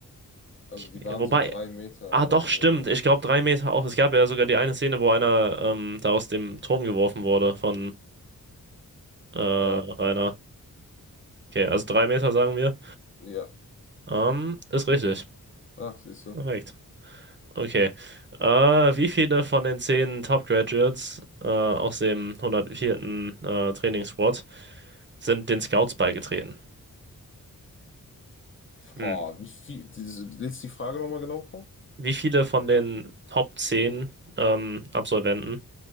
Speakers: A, on the left (about 35°); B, on the right (about 35°).
A: Also die
B: Okay,
A: waren
B: Wobei,
A: so drei Meter
B: ah
A: oder
B: doch,
A: so.
B: stimmt. Ich glaube drei Meter auch. Es gab ja sogar die eine Szene, wo einer ähm, da aus dem Turm geworfen wurde von äh,
A: Ja,
B: Rainer. Okay, also drei Meter sagen wir.
A: ja.
B: Ähm, ist richtig.
A: Ach, siehst du.
B: Perfekt. Okay. Äh, wie viele von den zehn Top Graduates äh, aus dem hundertvierten Äh, Trainingsquad sind den Scouts beigetreten? Hm.
A: Boah, wie viel, diese, liest die Frage nochmal genau vor?
B: Wie viele von den Top 10 ähm, Absolventen